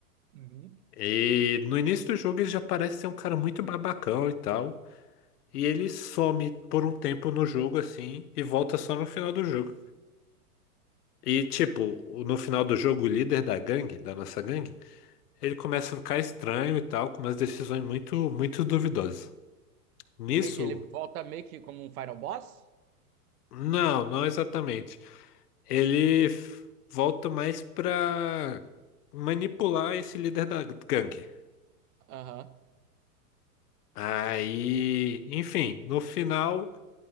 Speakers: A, on the right; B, on the left.
A: Uhum.
B: E no início do jogo ele já parece ser um cara muito babacão e tal. E ele some por um tempo no jogo assim e volta só no final do jogo. E tipo, no final do jogo, o líder da gangue, da nossa gangue, ele começa a ficar estranho e tal, com umas decisões muito, muito duvidosas. Nisso,
A: Entendi, ele volta meio que como um final boss?
B: Não, não exatamente. Ele f- volta mais pra manipular esse líder da gangue.
A: Aham.
B: Aí, enfim, no final,